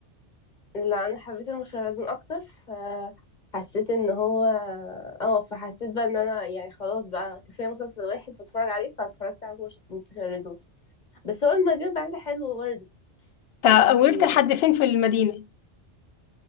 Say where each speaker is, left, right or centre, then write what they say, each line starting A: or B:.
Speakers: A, on the left (about 40°); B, on the left (about 65°).
A: لا أنا حبيت المشاهدين أكتر فحسيت إن هو اه فحسيت بقى إن أنا يعني خلاص بقى كفاية مسلسل واحد بتفرج عليه فاتفرجت على مش- متشردون بس هو المدينة البعيدة حلوة برضه
B: تا-
A: انتي
B: وقفت لحد فين في المدينة